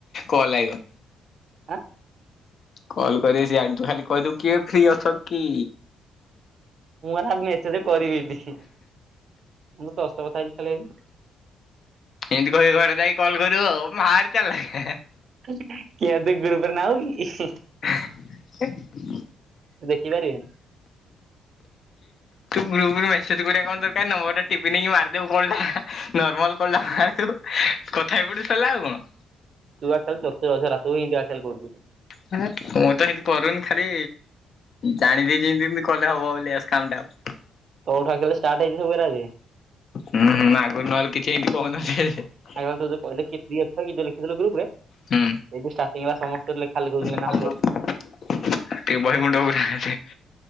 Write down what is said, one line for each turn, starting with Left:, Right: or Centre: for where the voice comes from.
Left: କଲ୍ ଆଇିବ
Right: ଆଁ
Left: କଲ କରେ ସି ଆଡୁ ଖାଲି କହିଦେବୁ କିଏ ଫ୍ରି ଅଛ କି?
Right: ମୁଁ <unintelligible> ହାରା ମେସେଜ କରିବିନିନି ମୁ <unintelligible> ତସ୍ତ କଥା ହେଇଛି ଖାଲି ହେବି
Left: ଏମିତି କହି ଘରେ ଯାଇକି କଲ୍ କରିବୁ ଆଉ ବାହାରି ଚାଲାଖ୍ ହେଁ ହେଁ
Right: <unintelligible> କେବେ କେବେ ନାଉ। <unintelligible>
Left: <inaudible> କି ତୁ
Right: ଦେଖିପାରିବେନି
Left: ଗ୍ରୁପ୍ ରେ ମେସେଜ୍ କରିବା କଣ ଦରକାର ନମ୍ବର ଟା ଟିପନ୍ କୁ ମାରିଦଉ କଲଟା ନର୍ମାଲ କଲଟା ମାରିଦଉ କଥା ଏପଟେ ସରିଲା ଆଉ କଣ?
Right: <unintelligible> ତୁ ଆସା ଚୁସଲାୁ ଆସା କରୁ। <unintelligible>
Left: ମୁଁ ତ ଏମତି କରୁନି ଖାଲି ଜାଣିଦେ <unintelligible> ଯେମତିମତି କଲେ ହବ ବୋଲି କାମ ଟା
Right: <unintelligible> ତଉଠ ଖେ ଷ୍ଟାର୍ଟଇଛି ସବୁରେ ଯେ। <unintelligible>
Left: ହୁଁ ହୁଁ ଆଗରୁ ନହେଲେ କିଛି ଏମତି କହୁନଥିଲେ ହେ ହେ
Right: ଆ ତ ଯ କହିଲେ କିଏ ଫ୍ରୀ ଅଛକି ଯୋଉ ଲେଖିଥିଲ ଗ୍ରୁପ ରେ ସେଉଠୁଁ
Left: ହୁଁ
Right: ଷ୍ଠାଟିଙ୍ଗ୍ ହେଲା ସମସ୍ତେ ଲେଖି ଖାଲି <unintelligible>
Left: <unintelligible>
Right: ଧୋଇ ନା
Left: ବଇଗୁଣ୍ଡ ଉପରେ